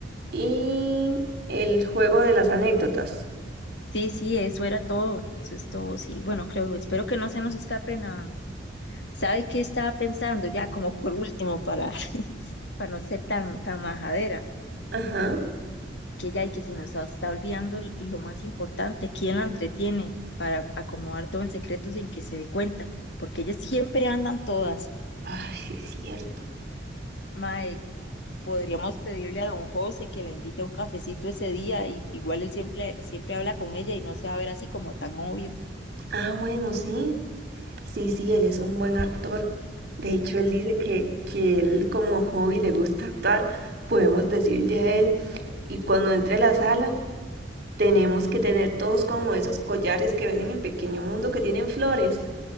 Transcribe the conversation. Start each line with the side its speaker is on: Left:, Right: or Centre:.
Right: y el juego de las anécdotas.
Left: sí, sí, eso era todo, eso es todo, sí. Bueno, creo, espero que no se nos escape nada. ¿Sabe qué estaba pensando ya como por último para, <laughs> para no ser tan, tan majadera?
Right: Ajá.
Left: que ya hay que se nos está olvidando lo más importante, quién la entretiene para acomodar todo en secreto sin que se dé cuenta, porque ellas siempre andan todas.
Right: Ay, sí es cierto.
Left: Mae, podríamos pedirle a don José que la invite a un cafecito ese día, y igual él siempre, siempre habla con ella y no se va a ver así como tan obvio.
Right: Ah, bueno, sí. Sí, sí, él es un buen actor. De hecho, él
Left: Sí,
Right: dice que, que él como hobby le gusta actuar. Podemos decirle a él, y cuando entre a la sala, tenemos que tener todos como esos collares que venden en Pequeño Mundo que tienen flores.